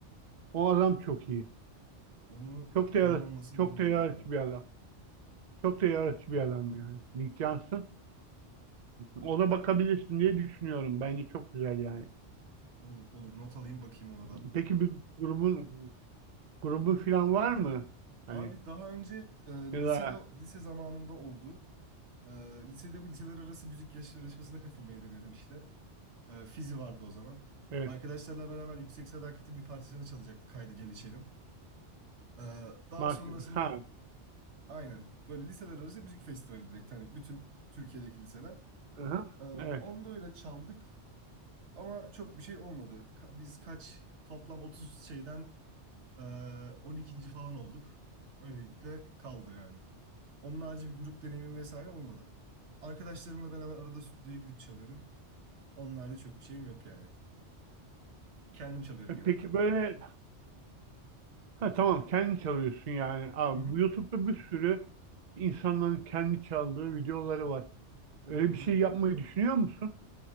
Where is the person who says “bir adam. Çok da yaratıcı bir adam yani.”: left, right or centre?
Right